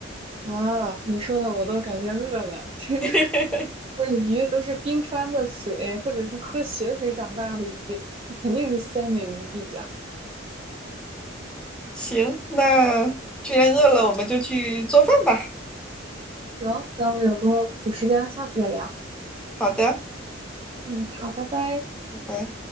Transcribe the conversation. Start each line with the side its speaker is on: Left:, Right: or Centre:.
Right: 哇，你说的我都感觉饿了。<laughs> 这
Centre: <laughs>
Right: 不是鱼都是冰川的水，或者是喝雪水长大的鱼，那肯定是鲜美无比呀、
Centre: 行，那既然饿了，我们就去做饭吧。
Right: 行，那我们有空有时间下次再聊。
Centre: 好的，
Right: 嗯，好，拜拜。
Centre: 拜拜。